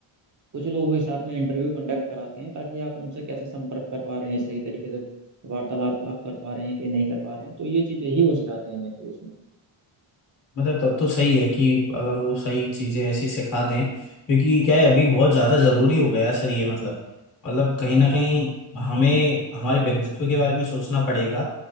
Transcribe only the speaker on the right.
कुछ लोगों के साथ में इंटरव्यू कंडक्ट कराते हैं ताकि आप उनसे कैसे संपर्क कर पा रहे हैं सही तरीके से वार्तालाप आप कर पा रहे हैं कि नहीं कर पा रहे हैं तो ये चीजें ही वो सिखाते हैं मेनली उसमें